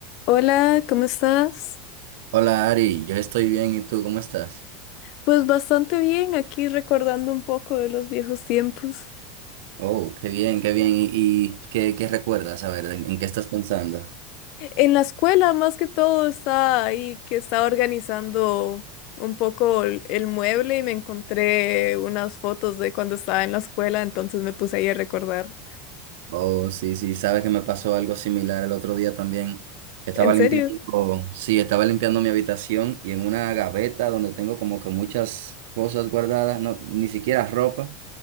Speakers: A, on the left (about 55°); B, on the right (about 70°).
A: Hola, ¿cómo estás?
B: Hola Ari, yo estoy bien, ¿y tú cómo estás?
A: Pues bastante bien, aquí recordando un poco de los viejos tiempos.
B: Oh, qué bien, qué bien. ¿Y, y qué, qué recuerdas? A ver, ¿en, en qué estás pensando?
A: En la escuela, más que todo, estaba ahí que estaba organizando un poco el, el mueble y me encontré unas fotos de cuando estaba en la escuela, entonces me puse ahí a recordar.
B: Oh, sí, sí, sabes que me pasó algo similar el otro día también. Estaba
A: ¿En serio?
B: limpiando, sí, estaba limpiando mi habitación y en una gaveta donde tengo como que muchas cosas guardadas, no, ni siquiera ropa,